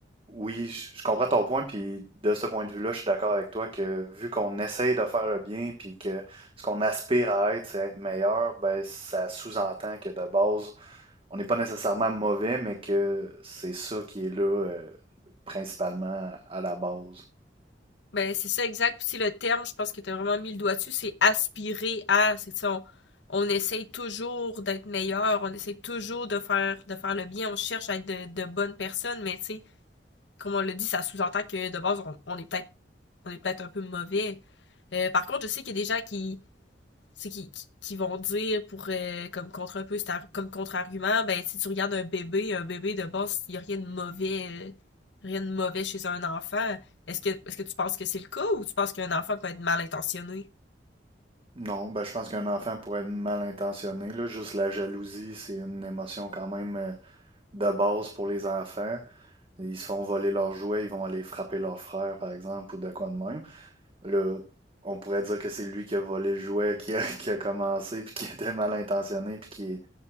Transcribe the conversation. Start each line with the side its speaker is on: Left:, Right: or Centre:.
Right: oui, je comprends ton point, puis de ce point de vue-là, je suis d'accord avec toi que vu qu'on essaye de faire le bien, puis que ce qu'on aspire à être, c'est être meilleur, ben ça sous-entend que de base, on n'est pas nécessairement mauvais, mais que c'est ça qui est là euh, principalement à la base.
Left: Ben, c'est ça exact. Puis c'est le terme, je pense que tu as vraiment mis le doigt dessus, c'est aspirer à. C'est ça, on, on essaye toujours d'être meilleur, on essaye toujours de faire de faire le bien, on cherche à être de, de bonnes personnes, mais tu sais, comme on l'a dit, ça sous-entend que de base, on, on est peut-être on est peut-être un peu mauvais. Euh, par contre, je sais qu'il y a des gens qui, c'est qui, qui, qui vont dire pour euh, comme contre un peu comme contre-argument ben si tu regardes un bébé un bébé de base il y a rien de mauvais euh, rien de mauvais chez un enfant est-ce que est-ce que tu penses que c'est le cas ou tu penses qu'un enfant peut être mal intentionné
Right: Non, ben, je pense qu'un enfant pourrait être mal intentionné, là. Juste la jalousie, c'est une émotion quand même euh, de base pour les enfants. Ils se font voler leurs jouets, ils vont aller frapper leur frère, par exemple, ou de quoi de même. Là, on pourrait dire que c'est lui qui a volé le jouet, qui a, <laughs> qui a commencé, puis qui était mal intentionné, puis qui,